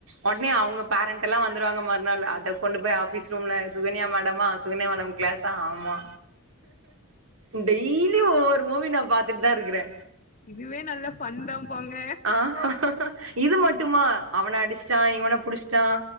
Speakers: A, on the right; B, on the left.
A: ஒடனே அவங்க பேரண்ட் எல்ல வந்துருவாங்க ம நாள் அத கொண்டு போய் ஆபீஸ் ரூம்ல சுகனியா மேடம்மா சுகன்யா மேடம் கிளாஸ் ஆமா டெய்லி ஒவ்வொரு மூவி நா பாத்துட்டு தா இருக்குறே
B: இதுவே நல்ல பண் தா போங்க
A: ஆ இது மட்டுமா அவன அடிச்ச்டா இவ் இவன புடிச்சிட்டா